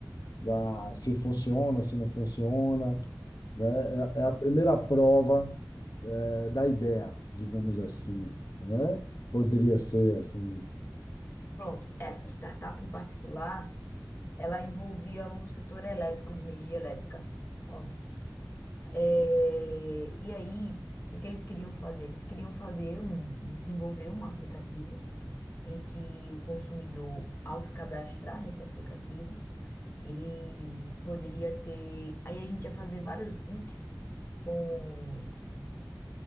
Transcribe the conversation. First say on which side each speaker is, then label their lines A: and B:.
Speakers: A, on the left; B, on the left.
A: da se funciona, se não funciona, né? É, é a primeira prova, eh, da ideia, digamos assim, né? Poderia ser assim,
B: Pronto. Essa startup em particular. Ela envolvia o setor elétrico, de energia elétrica. Pronto. É, e aí, o que que eles queriam fazer? Eles queriam fazer um, um- desenvolver um aplicativo em que o consumidor, ao se cadastrar nesse aplicativo, ele poderia ter. Aí a gente ia fazer vários links com